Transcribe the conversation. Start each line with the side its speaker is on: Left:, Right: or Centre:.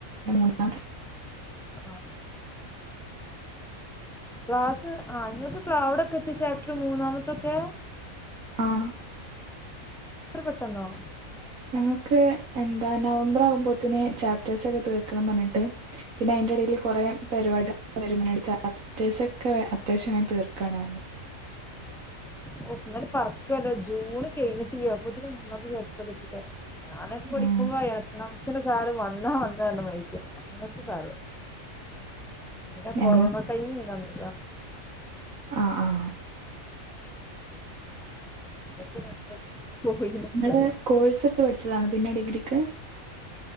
Right: മൂന്നാം
Centre: ആ ക്ലാസ് ആ നിങ്ങക്ക് ോ അവിടൊക്കെ എത്തിച്ചാപ്റ്റർ മൂന്നാമത്തൊക്കെ
Right: ആഹ
Centre: എത്ര പെട്ടെന്നോ
Right: ഞങ്ങക്ക് എന്താ നവംബർ ആവുമ്പോത്തന് ചാപ്േഴ്സ് ഒക്കെ തീർക്കണം പറിട്ട് പിന്നെ അതിന്റെ ഇടയിൽ കുറെേ പരിപാടിക വരു ബ്സ്റ്റേഴസൊക്കെ അത്യാവശ്യം ഞാാന് തീർക്കുകയണായിരുന്നു
Centre: ഓ എന്നന്നാലല് പറക്കല്ലേ ജൂണ് കഴിഞ്ഞിട്ട് ചെയ്യ്പോതിന് മൂന്നല് യാത്ര പറ്റില്ല ഞാക്ക് പ പിഠിക്കുമ്പോ
Right: ഉം
Centre: എക്ക് നമച്ചന സാാര്ും വന്നാ വന്നാ എ മരിക്ക പിന്നെ
Right: ഞങ്ങ
Centre: കൊറോണ ടൈം ഇങ്ങനന്നില്ല
Right: ആഹ ആഹ
Centre: ഇതൊക്കെ രണ്ട് വർഷം പോയി എന്നൊക്കെ
Right: ങ്ങള്ൾ
Centre: പറയാം
Right: കോവിത് സ്വരത്ത് പഠിച്ചതണ പിന്നെ ഡിഗ്രിക്ക്